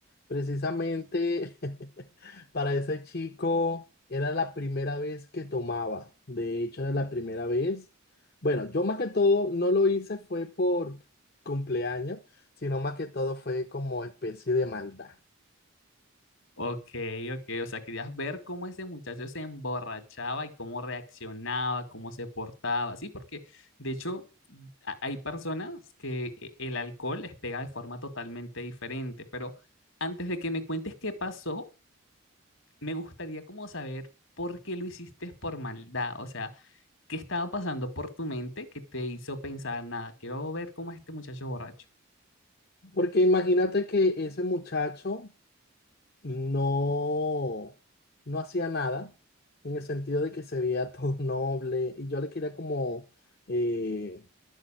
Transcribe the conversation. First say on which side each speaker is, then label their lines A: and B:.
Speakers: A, on the left; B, on the left.
A: precisamente <laughs> para ese chico era la primera vez que tomaba. De hecho, era la primera vez. Bueno, yo más que todo no lo hice fue por cumpleaños, sino más que todo fue como especie de maldad.
B: Ok, ok, o sea, querías ver cómo ese muchacho se emborrachaba y cómo reaccionaba, cómo se portaba, sí, porque de hecho a- hay personas que eh, el alcohol les pega de forma totalmente diferente, pero antes de que me cuentes qué pasó, me gustaría como saber por qué lo hiciste por maldad, o sea, qué estaba pasando por tu mente que te hizo pensar, nada, quiero ver cómo es este muchacho borracho.
A: Porque imagínate que ese muchacho no, no hacía nada, en el sentido de que se veía todo <laughs> noble, y yo le quería como, eh,